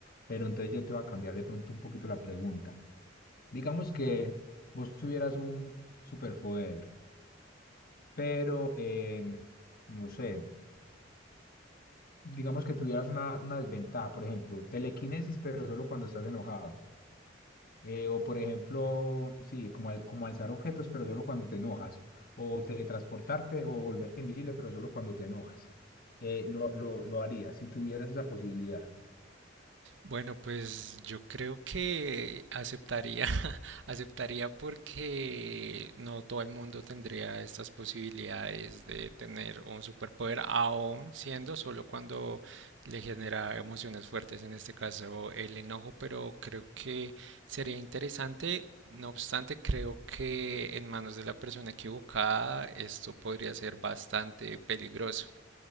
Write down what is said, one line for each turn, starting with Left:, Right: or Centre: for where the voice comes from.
Left: Pero entonces yo te voy a cambiar de pronto un poquito la pregunta. Digamos que vos tuvieras un superpoder, pero em, no sé, digamos que tuvieras una, una desventaja, por ejemplo, telequinesis pero solo cuando estás enojado. Eh, o por ejemplo, sí, como, al- como alzar objetos, pero solo cuando te enojas. O teletransportarte o volverte invisible, pero solo cuando te enojas. Eh, lo, lo, lo haría si tuvieras esa posibilidad.
Right: Bueno, pues yo creo que aceptaría, <laughs> aceptaría porque no todo el mundo tendría estas posibilidades de tener un superpoder, aún siendo solo cuando le genera emociones fuertes, en este caso el enojo, pero creo que sería interesante. No obstante, creo que en manos de la persona equivocada esto podría ser bastante peligroso